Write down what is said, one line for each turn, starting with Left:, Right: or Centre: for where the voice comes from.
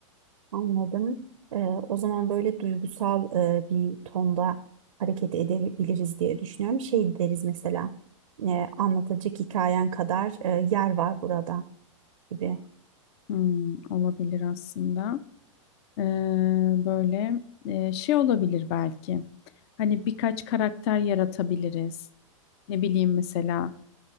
Right: Anladım. E, o zaman böyle duygusal e, bir tonda hareket edebiliriz diye düşünüyorum. Şey deriz mesela, e, anlatacak hikayen kadar e, yer var burada gibi.
Left: Hmm, olabilir aslında. Ee, böyle e, şey olabilir belki. Hani birkaç karakter yaratabiliriz. Ne bileyim mesela